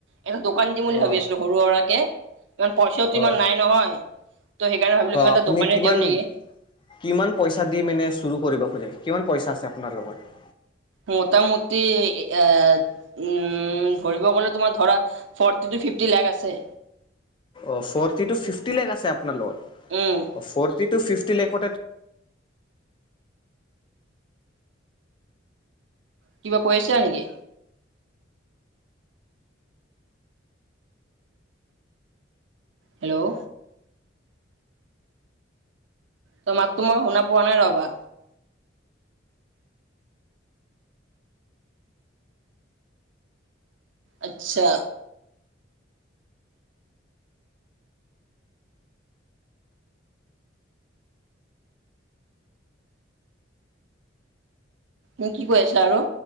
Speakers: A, on the right; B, on the left.
A: এটা দোকান দিম বুলি
B: অ'
A: ভাবি আছো। সৰু সুৰাকে ইমান পইচাটো ইমান
B: অ'
A: নাই নহয়। ত' সেইকাৰণে ভাবিলো কিবা এটা
B: আপুনি
A: দোকানে
B: কিমান
A: দিওঁ নেকি?
B: কিমান পইচা দি মানে চুৰু কৰিব খোজে, কিমান পইচা আছে আপোনাৰ লগত?
A: মোটামোটি এ উম ধৰিব গ'লে তোমাৰ ধৰা ফৰ্টি টু ফিফটি লেখ আছে।
B: অ' ফৰ্টি টু ফিফটি লেখ আছে আপোনাৰ লগত?
A: উম।
B: ফ'ৰ্টি টু ফিফটি লেখত
A: কিবা কৈ আছা নেকি? হেল্ল'? তই মাতো মই শুনা পোৱা নাই ৰ'বা? আচ্ছা। মোক কি কৈ আছা আৰু?